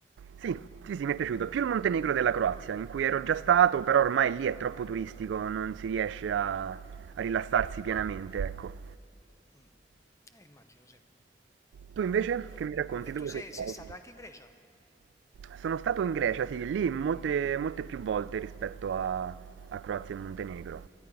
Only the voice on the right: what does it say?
Sì, sì, sì, mi è piaciuto. Più il Montenegro della Croazia, in cui ero già stato, però ormai lì è troppo turistico, non si riesce a, a rilassarsi pienamente, ecco.
Tu invece
che mi racconti
dove
sei
stato?
Sono stato in Grecia, sì, lì molte, molte più volte rispetto a, a Croazia e Montenegro.